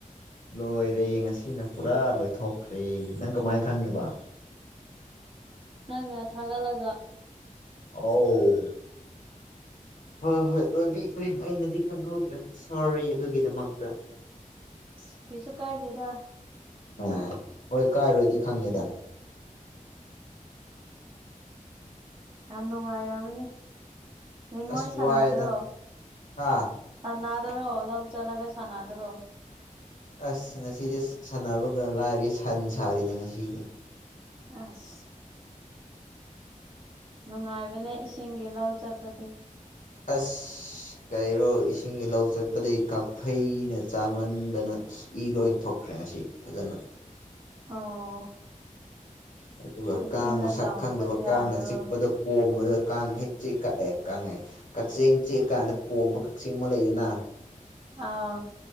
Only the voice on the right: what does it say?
ꯅꯪꯅ ꯊꯥꯒꯠꯂꯥꯒ
ꯑꯁ ꯀꯩꯁꯨ ꯀꯥꯏꯗꯦꯗ
ꯌꯥꯝ ꯅꯨꯡꯉꯥꯏꯔꯕꯅꯤ ꯅꯤꯡꯉꯣꯏ
ꯁꯥꯟꯅꯗ꯭ꯔꯣ
ꯁꯥꯟꯅꯗꯔꯣ ꯂꯧ ꯆꯠꯂꯒ ꯁꯥꯟꯅꯗꯔꯣ
ꯑꯁ ꯅꯨꯡꯉꯥꯏꯕꯅꯦ ꯏꯁꯤꯡꯒꯤ ꯂꯧ ꯆꯠꯄꯗꯤ
ꯑꯣ
ꯆꯦꯛꯁꯤꯟꯅ
ꯇꯧ
ꯆꯠꯄ ꯌꯥꯗ꯭ꯔꯣ
ꯑꯥꯎ